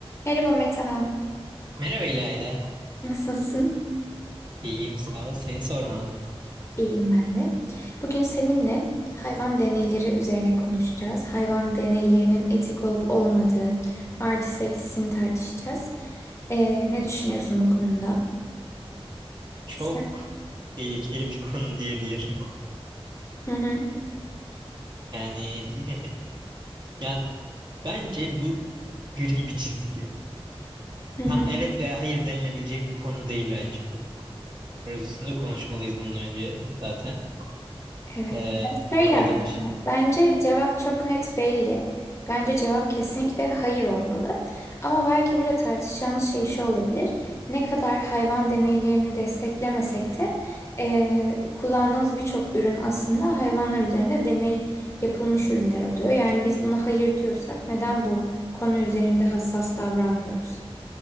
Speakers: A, on the left (about 30°); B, on the right (about 45°).
A: Merhaba Metehan.
B: Merhaba İlayda.
A: Nasılsın?
B: İyiyim sağ ol. Seni sormalı.
A: İyiyim ben de. Bugün seninle hayvan deneyleri üzerine konuşacağız. Hayvan deneylerinin etik olup olmadığı, artı eksisini tartışacağız. Ee, ne düşünüyorsun bu konuda?
B: Çok
A: Sen?
B: tehlikeli bir konu diyebilirim.
A: Hı hı.
B: Yani <laughs> yani bence bu gri bir çizgi.
A: Hı hı.
B: Tam evet veya hayır denilebilecek bir konu değil bence. Biraz üstünde konuşmalıyız bunun önce zaten.
A: Evet.
B: Ee,
A: Ya şöyle
B: arada
A: aslında,
B: bir şey.
A: bence cevap çok net belli. Bence cevap kesinlikle hayır olmalı. Ama belki burada tartışacağımız şey şu olabilir. Ne kadar hayvan deneylerini desteklemesek de eee, kullandığımız birçok ürün aslında hayvanlar üzerine deney yapılmış ürünler oluyor. Yani biz buna hayır diyorsak neden bu konu üzerinde hassas davranmıyoruz?